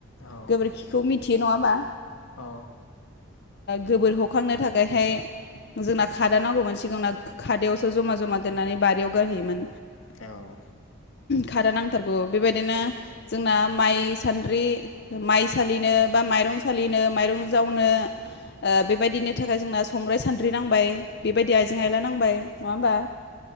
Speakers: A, on the left (about 75°); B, on the left (about 50°).
A: औ
B: गोबोरखिखौ मिथियो नङा‌ होमबा?
A: औ।
B: गोबोर हखांनो थाखायहाय जोंना खादा नांगौमोन सिगांना खादायावसो जमा जमा दोन्नानै बारियाव गारहैयोमोन।
A: औ।
B: खारो नांथारगौ बेबायदिनो जोंना माइ सान्द्रि माइ सलिनो बा माइरं सालिनो माइरं जावनो बेबायदिनि थाखाय जोंना संग्राय सान्द्रि नांबाय। बेबायदि आइजें आयला नांबाय नङा होमबा